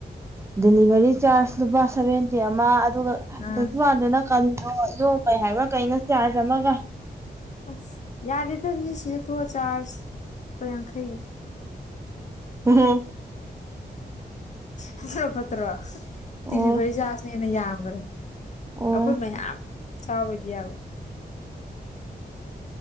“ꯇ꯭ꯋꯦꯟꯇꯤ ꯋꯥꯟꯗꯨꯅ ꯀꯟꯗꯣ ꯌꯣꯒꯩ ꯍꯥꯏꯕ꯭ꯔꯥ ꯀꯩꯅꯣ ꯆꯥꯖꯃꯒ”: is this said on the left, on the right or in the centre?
Right